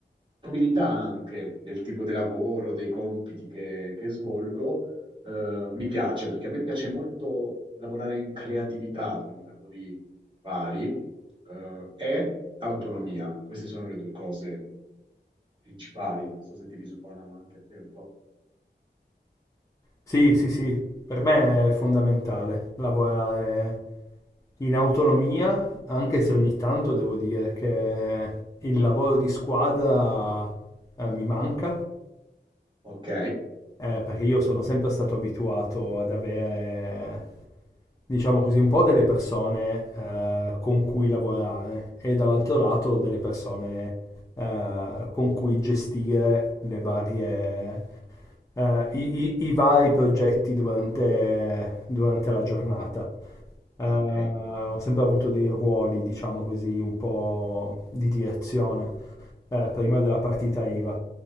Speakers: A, on the right; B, on the left.
A: abilità anche del tipo di lavoro, dei compiti che, che svolgo, eh, mi piace perché a me piace molto lavorare in creatività, quindi lavori vari, eh, e autonomia. Queste sono le due cose principali. Non so se ti risuonano anche a te un po'.
B: Sì, sì, sì, per me è fondamentale lavorare in autonomia, anche se ogni tanto devo dire che il lavoro di squadra eh, mi manca,
A: Ok?
B: eh, perché io sono sempre stato abituato ad avere, diciamo così, un po' delle persone eh, con cui lavorare e dall'altro lato delle persone eh, con cui gestire le varie eh, i, i- i vari progetti durante, durante la giornata. Eh, ho
A: Ah, ok.
B: sempre avuto dei ruoli, diciamo così, un po' di direzione, eh, prima della partita IVA.